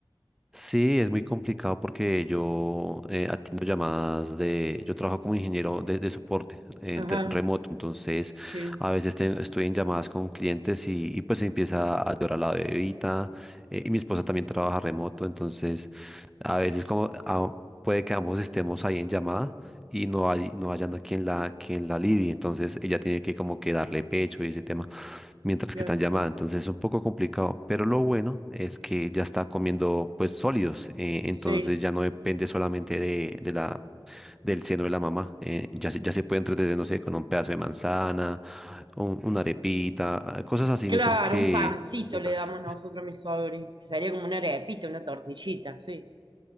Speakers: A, in the centre; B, on the right (about 65°).
A: Sí, es muy complicado porque yo eh, atiendo llamadas de, yo trabajo como ingeniero de, de soporte eh,
B: Ajá,
A: de- remoto, entonces
B: sí,
A: a veces te- estoy en llamadas con clientes y, y pues empieza a llorar la bebita eh, y mi esposa también trabaja remoto, entonces a veces como ah, puede que ambos estemos ahí en llamada y no hay, no hayan a quien la, quien la lidie. Entonces ella tiene que como que darle pecho y ese tema mientras
B: claro,
A: que están llamada. Entonces es un poco complicado, pero lo bueno es que ya está comiendo pues sólidos. eh, entonces
B: sí.
A: ya no depende solamente de, de la, del seno de la mamá. eh, ya, se- ya se puede entretener, no sé, con un pedazo de manzana, un- una arepita, ah, cosas así,
B: Claro,
A: mientras que...
B: un pancito
A: Mientras...
B: le damos nosotros a mi sobrino, que sería como una arepita, una tortillita, sí.